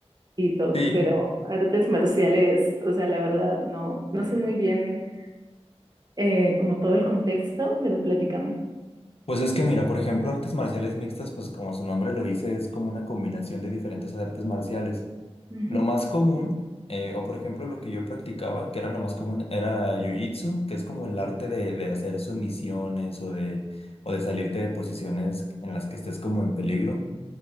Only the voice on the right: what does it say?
y todo,
pero artes marciales, o sea, la verdad, no, no sé muy bien eh, como todo el contexto, pero platícame.
Ujú,